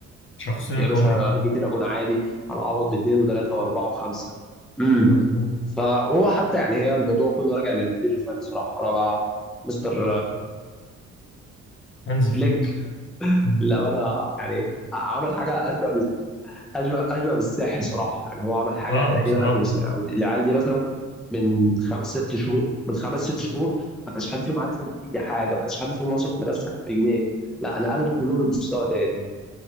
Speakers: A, on the left (about 40°); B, in the centre.
A: شخصية
B: يا باشا
A: قوية
B: جه فرقه جون عادي هنعوض باثنين وثلاثه واربعه وخمسه امم
A: مظبوط
B: فهو حتى يعني هي الموضوع كله راجع للمدير الفني صراحه انا بقى مستر
A: هانز
B: فليك
A: فليك مم.
B: للامانه يعني عمل حاجه اشبه بال- اشبه اشبه بالسحر صراحه يعني هو عمل حاجه
A: آه
B: تقريبا
A: بصراحة
B: اشبه بالسحر يعني العيال دي مثلا من خمس ست شهور من خمس ست شهور ما كانش حد فيهم عارف يعمل اي حاجه ما كانش حد فيهم واثق في نفسه بجنيه لا نقلهم كلهم لمستوى تاني